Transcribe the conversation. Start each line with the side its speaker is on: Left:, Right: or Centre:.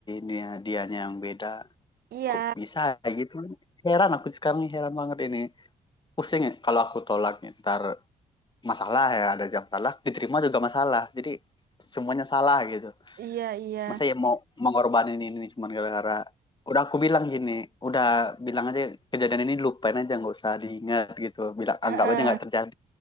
Left: dia dianya yang beda
Right: Iya,
Left: kok bisa ya gitu heran aku sekarang nih, heran banget ini pusing ya kalau aku tolak nih, ntar masalah ya ada jam salah diterima juga masalah jadi semuanya salah gitu
Right: iya, iya.
Left: masa ya mau mengorbanin ini cuman gara-gara udah aku bilang gini udah bilang aja kejadian ini lupain aja nggak usah diingat gitu bilang
Right: Heeh.
Left: anggap aja nggak terjadi